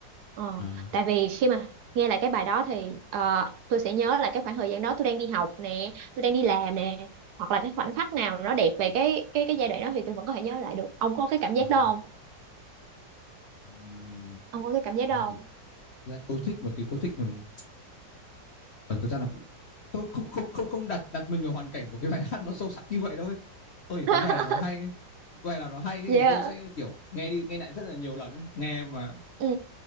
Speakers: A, on the right (about 70°); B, on the left (about 50°).
A: ờ,
B: À,
A: tại vì khi mà nghe lại cái bài đó thì ờ, tôi sẽ nhớ lại cái khoảng thời gian đó tôi đang đi học nè tôi đang đi làm nè hoặc là cái khoảnh khắc nào nó đẹp về cái cái cái giai đoạn đó thì tôi vẫn có thể nhớ lại được ông có cái cảm giác
B: à,
A: đó không
B: ừm,
A: ông có cái
B: thực
A: cảm giác đó
B: ra thì
A: không
B: thực ra tôi thích mà thì tôi thích, ừm, ờ, thực ra là cũng tôi không không không không đặt đặt mình vào hoàn cảnh của cái bài hát nó sâu sắc như vậy đâu ấy. Tôi chỉ thấy
A: <laughs>
B: bài là nó hay ấy, bài là nó hay ấy
A: yeah
B: thì tôi sẽ, kiểu, nghe đi nghe lại rất là nhiều lần á, nghe mà,
A: ừ